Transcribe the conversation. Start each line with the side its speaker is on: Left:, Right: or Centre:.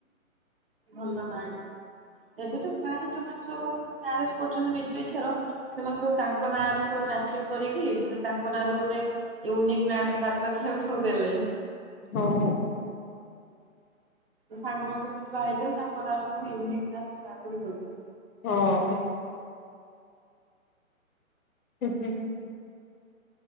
Right: ଭଲ ନାଁ ଆଜ୍ଞା ଏବେ ତ ପ୍ରାୟ ଯୋଉମାନେ ସବୁ ମ୍ୟାରେଜ କରୁଛନ୍ତି ନିଜ ଇଚ୍ଛାର ସେମାନେ ସବୁ ତାଙ୍କ ନାଁ ର ସବୁ ମ୍ୟାଚିଂ କରିକି ମାନେ ତାଙ୍କ ନାଁ ର ଗୋଟେ ୟୁନିକ୍ ନାଁ ଟେ ବାହାର କରିକି ଏବେ ସବୁଦେଲେଣି।
Left: ହଉ।
Right: ମୋ ସାଙ୍ଗ ମାନେ ତ ସବୁ ଯୋଉ ବାହା ହେଇଛନ୍ତି ତାଙ୍କ ନାଁ ସବୁଁ ୟୁନିକ ନାଁ ସବୁ ବାହାର କରିକି କରୁଛନ୍ତି।
Left: ହଁ। ହୁଁ ହୁଁ।